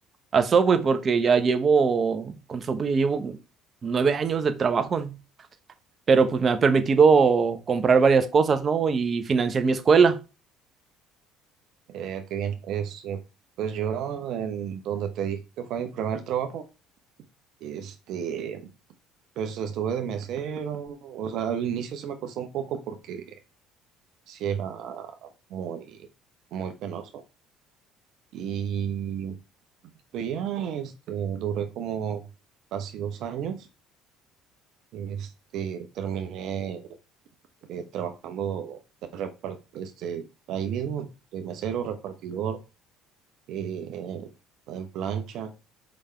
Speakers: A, on the right; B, on the right.
A: a Subway, porque ya llevo, con Subway ya llevo nueve años de trabajo, pero pues me ha permitido comprar varias cosas, ¿no? Y financiar mi escuela.
B: Eh, qué bien. Este, pues yo, en donde te dije que fue mi primer trabajo, este, pues estuve de mesero. O sea, al inicio se me costó un poco porque sí era muy, muy penoso. Y Pues ya este, duré como casi dos años. Este, terminé eh, trabajando de repar- este, ahí mismo, de mesero, repartidor, eh, en plancha